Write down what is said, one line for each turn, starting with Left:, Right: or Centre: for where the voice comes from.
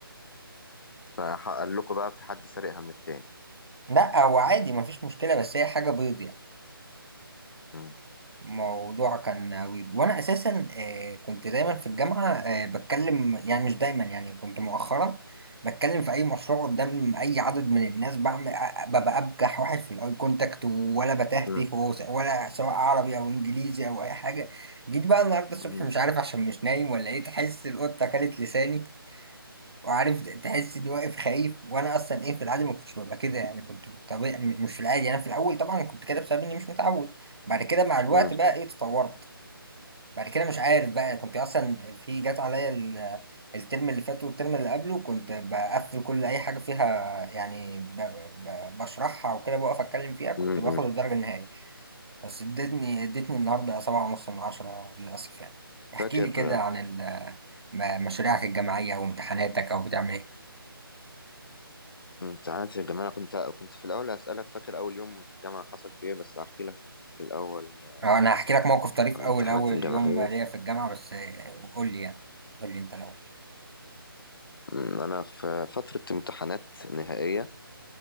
Left: فقال لكم بقى في حد سرقها من التاني
Right: لا هو عادي ما فيش مشكله بس هي حاجه بيض يعني
Left: مم.
Right: موضوع كان عويض وانا اساسا آه، كنت دايما في الجامعه آه، بتكلم يعني مش دايما يعني كنت مؤخرا بتكلم في اي مشروع قدام اي عدد من الناس بعمل أ- ببقى ابجح واحد في الاي كونتاكت ولا بتهته
Left: مم.
Right: وس- ولا سواء عربي او انجليزي او اي حاجه جيت بقى النهارده الصبح
Left: مم.
Right: مش عارف عشان مش نايم ولا ايه تحس القطه اكلت لساني وعارف تحس اني واقف خايف وانا اصلا ايه في العادي ما كنتش ببقى كده يعني كنت في الطبيعي م- مش في العادي انا في الاول طبعا كنت كده بسبب اني مش متعود بعد كده مع الوقت
Left: مم.
Right: بقى ايه تطورت بعد كده مش عارف بقى كنت اصلا في جات عليا ال- الترم اللي فات والترم اللي قبله كنت بقفل كل اي حاجه فيها يعني ب- ب- بشرحها وكده بقف اتكلم فيها كنت
Left: مم.
Right: باخد الدرجه النهائيه بس ادتني ادتني النهارده سبعة ونص من عشرة للاسف يعني احكي
Left: فاكر
Right: لي كده
Left: آه،
Right: عن ال- م- مشاريعك الجامعيه وامتحاناتك او بتعمل ايه
Left: امتحانات الجامعه أنا كنت كنت في الاول هسالك فاكر اول يوم في الجامعه حصل فيه ايه بس هحكي لك الاول آه،
Right: آه، انا هحكي لك موقف طريف
Left: عن
Right: اول
Left: امتحاناتي
Right: اول
Left: الجامعيه
Right: يوم ليا في الجامعه بس آه، قول لي يعني قول لي انت الاول
Left: مم. انا في فتره امتحانات نهائيه